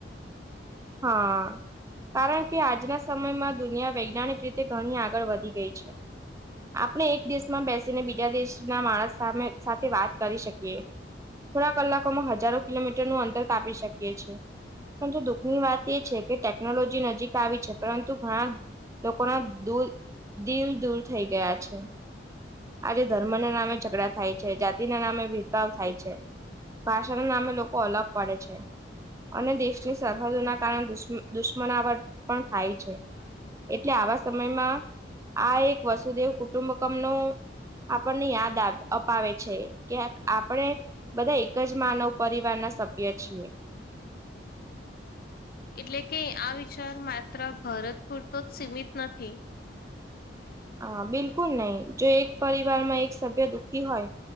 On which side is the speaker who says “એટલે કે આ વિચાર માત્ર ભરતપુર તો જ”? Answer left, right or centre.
Left